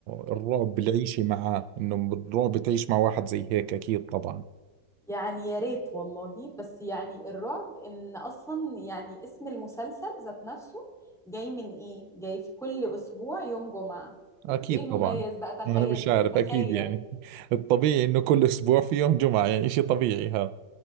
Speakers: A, on the right; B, in the centre.
A: الرعب بالعيشة معاه انه الرعب تعيش مع واحد زي هيك اكيد طبعا
B: يعني يا ريت والله بس يعني الرعب ان اصلا يعني اسم المسلسل ذات نفسه جاي من ايه جاي في كل اسبوع يوم جمعة
A: اكيد
B: ايه المميز
A: طبعا
B: بقى تخيل
A: انا مش عارف
B: ايه تخيل
A: اكيد يعني <laughs> الطبيعي انه كل اسبوع في يوم جمعة يعني اشي طبيعي هذا